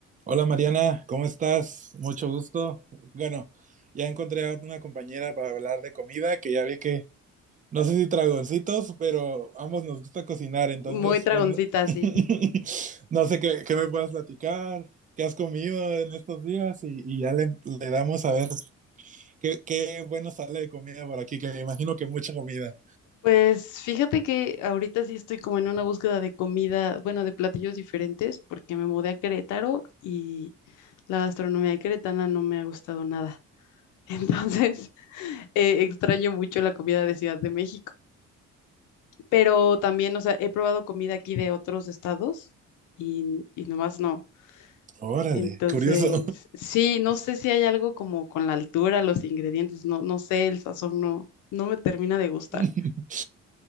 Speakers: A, on the right; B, on the left.
A: Hola Mariana, ¿cómo estás? Mucho gusto. Bueno, ya encontré a una compañera para hablar de comida, que ya vi que, no sé si dragoncitos, pero ambos nos gusta cocinar, entonces,
B: Muy tragoncita,
A: pues, no, <laughs>
B: sí.
A: no sé qué, qué me puedas platicar, qué has comido en estos días y, y ya le, le damos a ver qué, qué bueno sale de comida por aquí, que me imagino que mucha comida.
B: Pues fíjate que ahorita sí estoy como en una búsqueda de comida, bueno, de platillos diferentes, porque me mudé a Querétaro y la gastronomía queretana no me ha gustado nada. <laughs> Entonces, eh, extraño mucho la comida de Ciudad de México, pero también, o sea, he probado comida aquí de otros estados y, y nomás no.
A: Órale,
B: Entonces,
A: curioso.
B: sí, no sé si hay algo como con la altura, los ingredientes, no, no sé, el sazón no, no me termina de gustar.
A: <laughs>